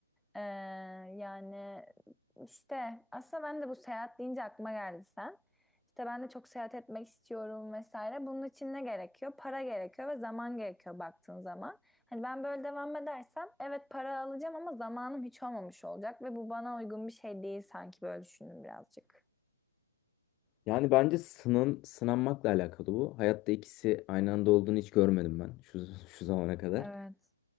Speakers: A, in the centre; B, on the left (about 20°).
A: E, yani işte aslında ben de bu seyahat deyince aklıma geldi sen. İşte ben de çok seyahat etmek istiyorum vesaire. Bunun için ne gerekiyor? Para gerekiyor ve zaman gerekiyor baktığın zaman. Hani ben böyle devam edersem evet para alacağım ama zamanım hiç olmamış olacak ve bu bana uygun bir şey değil sanki böyle düşündüm birazcık.
B: yani bence sının, sınanmakla alakalı bu. Hayatta ikisi aynı anda olduğunu hiç görmedim ben şu, şu zamana kadar.
A: Evet.